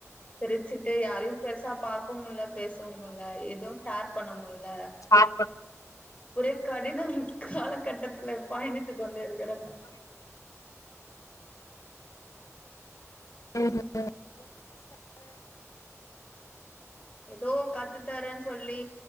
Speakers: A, on the left; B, on the left.
A: பிரிச்சுட்டு யாரையு பெருசா பாக்கவு முடில பேச முடில எதுவு ஷேர் பண்ண முடில
B: பாக்க
A: ஒரே கடினம் காலகட்டத்துல பயணித்து கொண்டிருக்கறங்க
B: ம் ம்
A: ஏதோ கத்து தரேன் சொல்லி